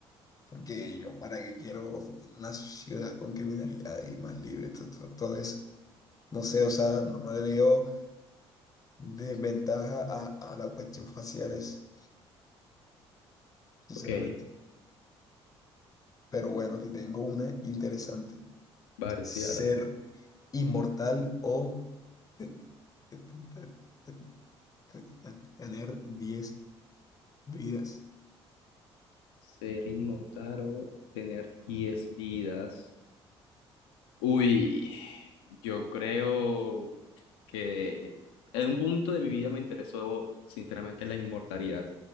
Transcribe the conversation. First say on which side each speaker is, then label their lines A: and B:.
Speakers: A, on the left; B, on the left.
A: Porque yo, ¿para qué quiero una ciudad con criminalidad y más libre? Todo, todo, todo eso. No sé, o sea, no, no le veo desventaja a, a la cuestión faciales, sinceramente.
B: Ok,
A: Pero bueno, te tengo una interesante.
B: vale,
A: ¿Ser
B: tirar.
A: inmortal o te- te- te- te- te- te- tener diez vidas?
B: Ser inmortal o tener 10 vidas. Uy. Yo creo. que en un punto de mi vida me interesó sinceramente la inmortalidad.